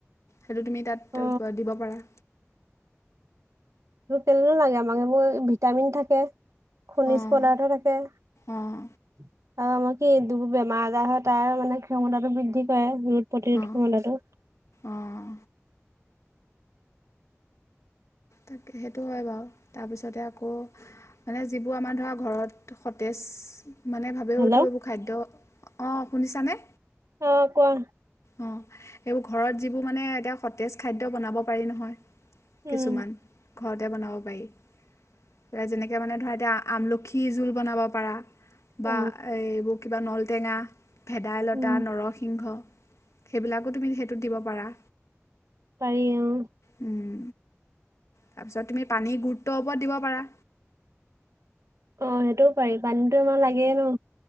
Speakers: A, on the left (about 75°); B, on the right (about 80°).
A: সেইটো তুমি তাত
B: অ'।
A: দিব পাৰা
B: কেনো লাগে আমাক সেইবোৰ ভিট ভিটামিন থাকে। খনিজ
A: অঁ
B: পদাৰ্থ থাকে। আৰু
A: অঁ
B: আমাৰ কি দু বেমাৰ আজাৰ হয় তাৰ মানে ক্ষমতাটো বৃদ্ধি কৰে প্ৰতিৰোধ
A: অঁ
B: স্যমতাটো।
A: অঁ তাকে সেইটো হয় বাৰু তাৰপিছতে আকৌ মানে যিবোৰ আমাৰ ধৰা ঘৰত সতেজ মানে ভাবেওতো
B: হেল্ল'
A: এইবোৰ খাদ্য অ শুনিছানে
B: অ কোৱা।
A: অ এইবোৰ ঘৰত যিবোৰ মানে এটা সতেজ খাদ্য বনাব পাৰি নহয়।
B: উম।
A: কিছুমান ঘৰতে বনাব পাৰি এ যেনেকে মানে ধৰা এতিয়া আমলখি খি জোল বনাব পৰা
B: অ
A: বা এইবোৰ কিবা নলটেঙা ভেদাইলতা
B: উম
A: নৰসিংহ সেইবিলাকো তুমি সেইটোত দিব পাৰা।
B: পাৰিওঁ
A: উম, তাৰপিছত তুমি পানী গুৰুত্বৰ ওপৰত দিব পাৰা।
B: অ সেইটোও পাৰি পানীতো আমাক লাগেই ন।